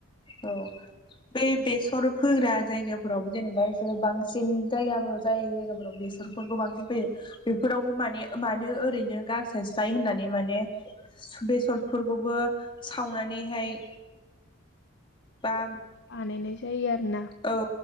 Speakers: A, on the left; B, on the left.
A: औ बै बेसर फोग्रा जायगाफोरावबो जेनेबा बिसोरो बांसिन जायगाफोराव जाय जायगाफोराव बेसर फोरखौ बांसिन फैयो बेफोरावबो माने मानो ओरैनो गारसोस्लाय होननानै माने बेसरफोरखौबो सावनानैहाय बा
B: बानायनाय जायो आरोना
A: औ